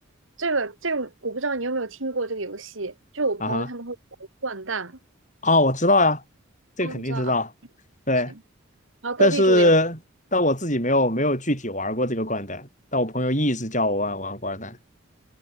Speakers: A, on the right; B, on the left.
A: 这个这个，我不知道你有没有听过这个游戏，就我朋友他们会玩掼蛋，
B: 啊哈，哦，我知道呀、这个肯定知道。
A: 哦，你知道啊，
B: 对
A: 不行。然后斗地主也。
B: 但是但我自己没有没有具体玩过这个掼蛋，但我朋友一直叫我玩玩掼蛋